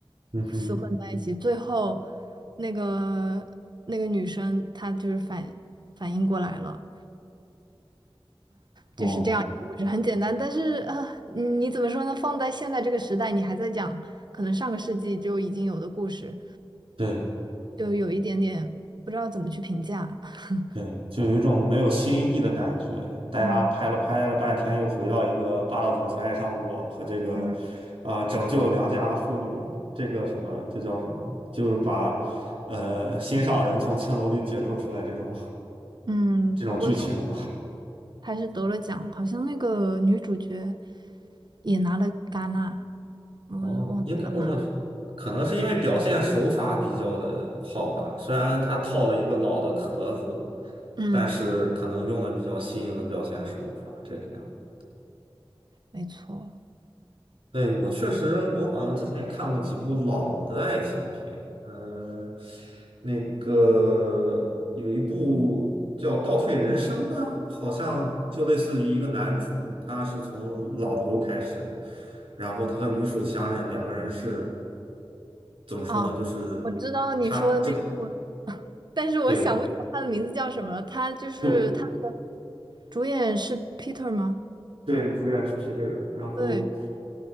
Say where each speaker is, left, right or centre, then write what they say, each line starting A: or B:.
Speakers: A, on the right (about 80°); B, on the right (about 50°).
A: 嗯哼，
B: 厮混在一起，最后那个那个女生她就是反反应过来了，
A: 哦，
B: 就是这样一个故事，很简单，但是啊，你你怎么说呢？放在现在这个时代，你还在讲可能上个世纪就已经有的故事，
A: 对，
B: 就有一点点不知道怎么去评价。<laughs>
A: 对，就有一种没有新意的感觉。大家拍了拍了半天，
B: 嗯
A: 又回到一个霸道总裁爱上我和这个，
B: 嗯
A: 啊、拯救良家妇女这个什么，这叫什么？就是把，呃，心上人从青楼里解救出来这种
B: 嗯，
A: 这种剧情。
B: 不过他。还是得了奖，好像那个女主角也拿了戛纳，我忘记了。
A: 哦，应该我
B: <laughs>
A: 可能是因为表现手法比较的好吧，虽然他套了一个老的壳子，
B: 嗯，
A: 但是可能用了比较新颖的表现手法，这个样子
B: 没错。
A: 对，我确实，我好像之前也看过几部老的爱情片，嗯、那个有一部叫《倒退人生》的，好像就类似于一个男主，他是从老头开始的，然后他和女主相认，两个人是怎么说呢？
B: 啊，
A: 就是
B: 我知道你说的那一部，
A: 他这
B: <laughs> 但是我想不起来他的名字叫什么了。
A: 对
B: 他就是他的
A: 对
B: 主演是 Peter 吗？
A: 对，主演是皮特尔，然后。
B: 对，